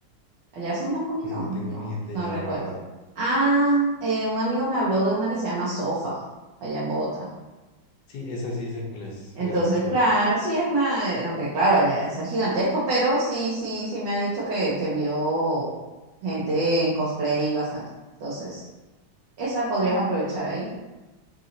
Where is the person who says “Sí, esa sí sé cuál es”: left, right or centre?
Left